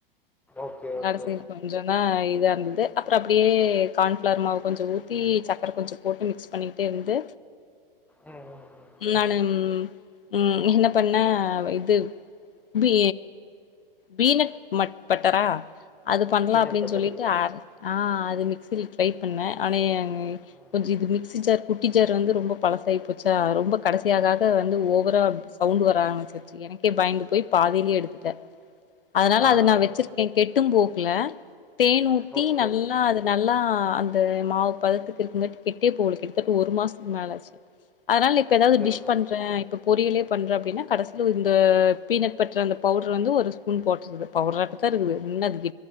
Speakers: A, in the centre; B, on the left.
A: Okay, okay.
B: கடைசி கொஞ்சொனா இதா இருந்தத் த்து அப்புற அப்டியே கான்ஃளார் மாவு கொஞ்சொ ஊத்தி சக்கர கொஞ்சொ போட்டு மிக்ஸ் பண்ணிக்கிட்டே இருந்து
A: உம் உம் உம்
B: நானு உம் என்ன பண்ணே இது பி பீனட் மட் பட்டரா அது பண்ணலாம்
A: பீனட்
B: அப்டின்னு
A: பட்டர்.
B: சொல்லிட்டு ஆர் ஆஹ் அது மிக்சில் ட்ரை பண்ணே ஆனேங்
A: ம்.
B: கொஞ்சொ இது மிக்சி ஜார் குட்டி ஜார் வந்து ரொம்ப பழசாயி போச்சா ரொம்ப கடைசியாக வந்து ஓவரா சவுண்ட் வர ஆரம்பிச்சிருச்சி எனக்கே பயந்து போய் பாதையிலேயே எடுத்துட்டே அதனால
A: ஆ,
B: அது
A: ஆ,
B: நா வெச்சிருக்கே
A: ஆ.
B: கேட் மட்டும் போக்ல தேன் ஊத்தி
A: ஓகே.
B: நல்லா அது நல்லா அந்த மாவு பதத்துக்கு இருக்குங்கட்டி கெட்டி கிட்டத்தட்ட ஒரு மாசத்துக்கு மேலாச்சு அதனால இப்ப ஏதாது
A: சரி,
B: டிஷ்
A: சரி,
B: பண்றன்
A: சரி.
B: இப்ப பொரியலே பண்ற அப்டின்னா கடைசில இந்த பீனட் பட்டரு அந்த பவுடர் வந்து ஒரு ஸ்பூ குண் போட்டுது பவரா தா இருக்குது முன்ன அதுக்